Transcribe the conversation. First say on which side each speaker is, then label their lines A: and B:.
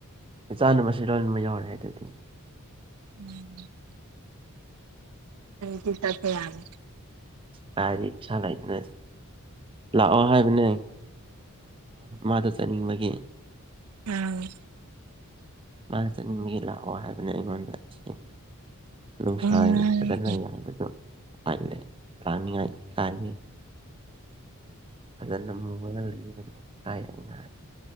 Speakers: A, on the right; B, on the right.
A: ꯆꯥꯟꯅꯕꯁꯤ ꯂꯣꯏꯃꯛ ꯌꯥꯎꯔꯦ ꯑꯗꯨꯗꯤ
B: ꯎꯝ ꯗꯤ ꯆ ꯌꯥꯔ
A: ꯄꯔꯔꯤꯅ ꯂꯥꯛꯑꯣ ꯍꯥꯏꯕꯅꯦ ꯃꯥꯗ ꯆꯥꯅꯤꯡꯕꯒꯤ
B: ꯎꯝ
A: ꯃꯥꯅ ꯆꯠꯅꯤꯡꯕꯒꯤ ꯂꯥꯛꯑꯣ ꯍꯥꯏꯕꯅ ꯑꯩꯉꯣꯟꯗꯁꯦꯡꯅ ꯅꯨꯡꯁꯥ
B: ꯎꯝ
A: ꯐꯖꯅ ꯌꯥ ꯥꯏꯦ ꯔꯥꯅꯤ ꯍꯥꯏ ꯀꯦ ꯐꯖꯅ ꯃꯨꯉꯒ ꯂꯩꯕꯅ ꯀꯥꯏ ꯑ ꯉ